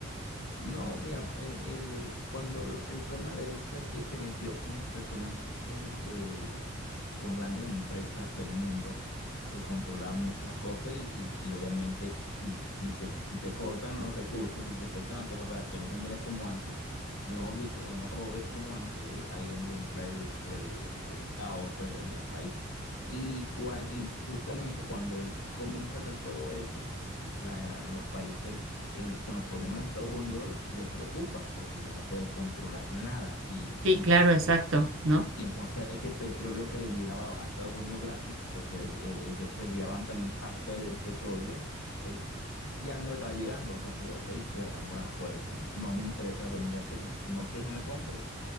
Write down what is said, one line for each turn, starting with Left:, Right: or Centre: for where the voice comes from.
Left: No, mira, el, el- cuando l- el problema de él fue que se metió con personas eh, de, con grandes empresas del mundo que controlaban muchas cosas y, y- y obviamente si, si te, si te cortan los recursos, si te cortan las cosas para que no generes como antes, mejor dicho, o no robes como antes, ahí es donde entra el, el- el caos pues, en el país. Y, cua- y justamente cuando él comienza a hacer todo eso, la- los países el- bueno, por lo menos a Estados Unidos le preocupa porque ya no puede controlar nada y,
Right: Sí,
Left: y,
Right: claro, exacto, ¿no?
Left: y entonces ese petróleo que le llegaba a Estados Unidos gratis, porque le- eh, ellos se llevaban también parte del petróleo, eh, ya no le estaba llegando. Entonces, ok, cerramos las puertas, no me interesa venderte si, si no quieres no me compres